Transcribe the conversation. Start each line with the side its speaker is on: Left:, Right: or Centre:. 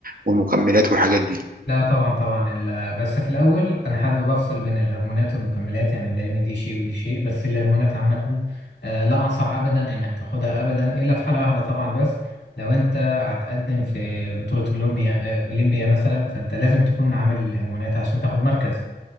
Right: والمكملات والحاجات دي
Left: لا طبعا طبعا ال- بس في الاول انا حابب افصل بين الهرمونات والمكملات يعني لان دي شيء ودي شيء بس الهرمونات عامه آه، لا انصح ابدا انك تاخدها ابدا الا في حاله واحده طبعا بس لو انت هتقدم في بطوله اولمبيا آه، اولمبيا مثلا فانت لازم تكون عامل الهرمونات عشان تاخد مركز